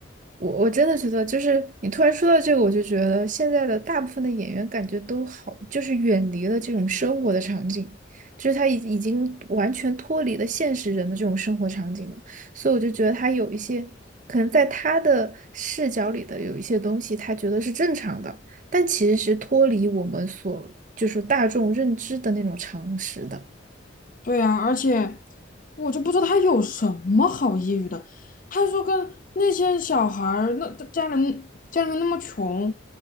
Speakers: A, on the right (about 40°); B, on the left (about 45°).
A: 我我真的觉得，就是你突然说到这个，我就觉得现在的大部分的演员感觉都好，就是远离了这种生活的场景，就是他已已经完全脱离了现实人的这种生活场景了。所以我就觉得他有一些可能在他的视角里的有一些东西，他觉得是正常的。但其实是脱离我们所就是大众认知的那种常识的。
B: 对呀，而且我就不知道他有什么好抑郁的。他说跟那些小孩儿，那家人家人那么穷，